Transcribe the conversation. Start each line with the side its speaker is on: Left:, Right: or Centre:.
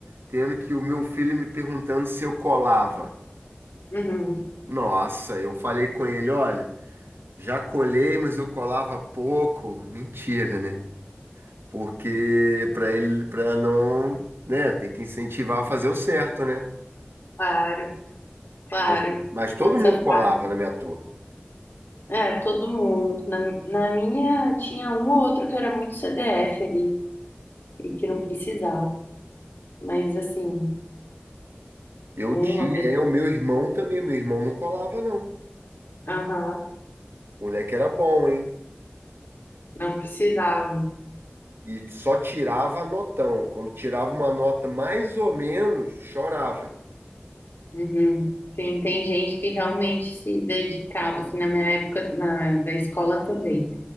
Right: tendo que o meu filho me perguntando se eu colava.
Left: Uhum.
Right: Nossa, eu falei com ele, olha, já colhei, mas eu colava pouco. Mentira, né? Porque para ele, para não, né, tem que incentivar a fazer o certo, né?
Left: Claro, claro.
Right: Mas, mas
Left: E Nessa
Right: todo mundo colava
Left: fase.
Right: na minha turma.
Left: É, todo mundo. Na, na minha tinha um ou outro que era muito CDF ali e que não precisava. Mas assim,
Right: Eu
Left: uma
Right: tinha,
Left: pessoa.
Right: é o meu irmão também, meu irmão não colava não.
Left: Aham,
Right: O moleque era bom, hein?
Left: não precisava.
Right: E só tirava notão. Quando tirava uma nota mais ou menos, chorava.
Left: Uhum. Sim, tem gente que realmente se dedicava, assim, na minha época na, da escola também.